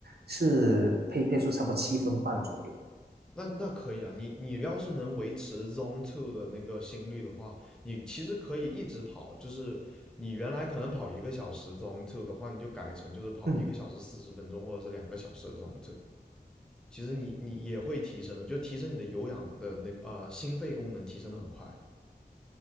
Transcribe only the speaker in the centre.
那那可以啊，你你要是能维持 Zone Two 的那个心率的话，你其实可以一直跑，就是你原来可能跑一个小时 Zone Two 的话，你就改成就是跑一个小时四十分钟或者是两个小时的
Zone Two，其实你你也会提升的，就提升你的有氧的那个呃心肺功能提升的很快。